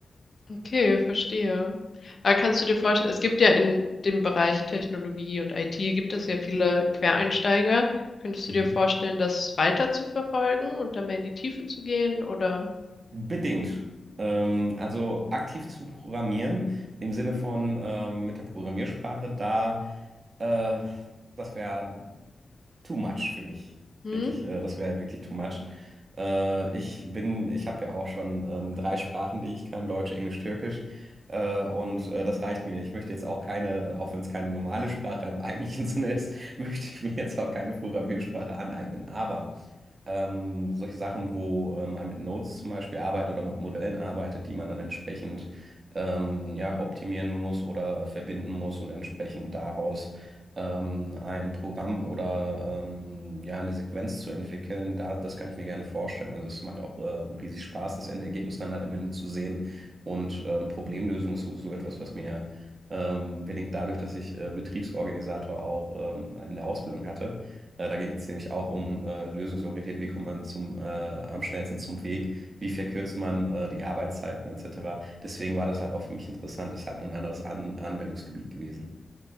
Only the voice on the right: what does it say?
Mhm.
Bedingt. Ähm, also aktiv zu programmieren im Sinne von ähm, mit der Programmiersprache, da äh, das wäre too much für mich.
Wirklich, äh, das wäre wirklich too much. Äh, ich bin, ich habe ja auch schon ähm, drei Sprachen, die ich kann, Deutsch, Englisch, Türkisch. Äh, und äh, das reicht mir. Ich möchte jetzt auch keine, äh, auch wenn es keine normale Sprache im eigentlichen <laughs> Sinne ist, möchte ich mir jetzt auch keine Programmiersprache aneignen. Aber ähm, solche Sachen, wo äh, man mit Nodes zum Beispiel arbeitet oder mit Modellen arbeitet, die man dann entsprechend ähm, ja, optimieren muss oder verbinden muss und entsprechend daraus ähm, ein Programm oder ähm, ja, eine Sequenz zu entwickeln, da, das kann ich mir gerne vorstellen. Also es macht auch äh, riesig Spaß, das Endergebnis dann halt am Ende zu sehen. Und ähm, Problemlösung ist sowieso etwas, was mir ähm, bedingt dadurch, dass ich äh, Betriebsorganisator auch ähm, in der Ausbildung hatte äh, da ging es nämlich auch um äh, lösungsorientiert, wie kommt man zum, äh, am schnellsten zum Weg, wie verkürzt man äh, die Arbeitszeiten etc. Deswegen war das halt auch für mich interessant, ist halt nur ein anderes An Anwendungsgebiet gewesen.